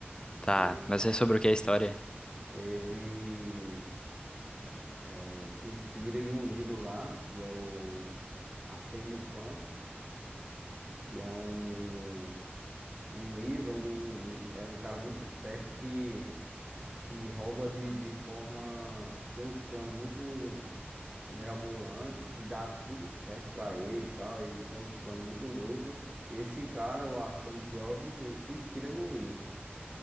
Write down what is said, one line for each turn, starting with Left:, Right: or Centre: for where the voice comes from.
Left: Tá,
Right: que ele,
Left: mas é sobre o que é a história?
Right: ele, é, se inspira em um livro lá, que é o Arsène Lupin, que é um, um livro onde um, um, é um cara muito esperto que que rouba de, de forma. Tem uns planos muito mirabolante que dá tudo certo pra ele e tal. Ele tem uns planos muito loucos. E esse cara, o Hassan Job, ele se inspira no livro.